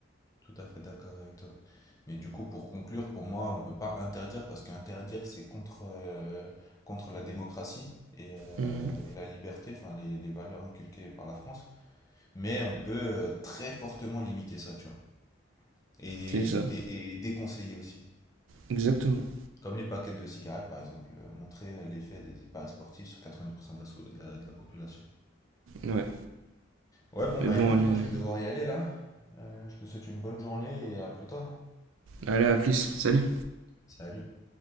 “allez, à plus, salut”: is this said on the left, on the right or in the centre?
Right